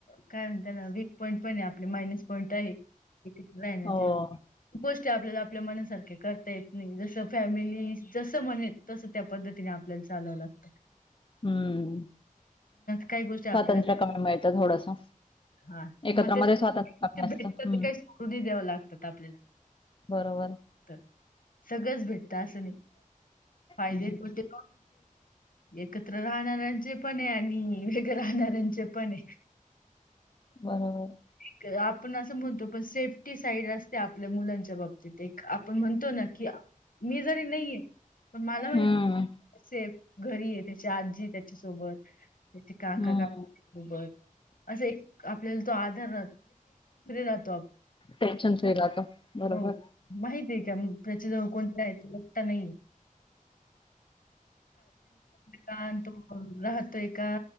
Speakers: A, on the left; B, on the left.
A: काय म्हणता ना वीक पॉईंट पण आहे आपले मायनस पॉईंट आहे राण्याचे
B: हो
A: गोष्ट आपल्याला आपल्या मनासारखे करता येत नाही जस फॅमिली जस म्ह तस त्या पद्धतीने आपल्या चालवं लागत
B: हम्म
A: काही गोष्टी आपल्याला
B: स्वातंत्र्य कमी मिळतं थोडंसं.
A: हा ते
B: एकत्र
A: मग ते
B: मध्ये स्वातंत्र्य कमी
A: ते
B: असतं.
A: भेटतात
B: हम्म.
A: ते काही समृधी द्याव लागतात आपल्याला
B: बरोबर.
A: तर सगळंच भेटत असं नाही फायदे
B: हम् ह्
A: तोटे एकत्र राहणाऱ्यांचे पण आहे आणि वेगळे राहणाऱ्यांचे पण आहे
B: बरोबर
A: क- आपण असं म्हणतो पण सेफ्टी साईड असते आपल्या मुलांच्या बाबतीत एक आपण म्हणतो ना की मी जरी नाहीये पण मला माहिती
B: हम्म.
A: घरी आहे त्याची आजी त्या त्या
B: हम्म.
A: का अस आपल्याला त णेे राह
B: टेन्शन फ्री राहतं. बरोबर.
A: आप माती त्याचे जवळ कोणत आहे तत्ता नाही का आणि तो राहतोय का,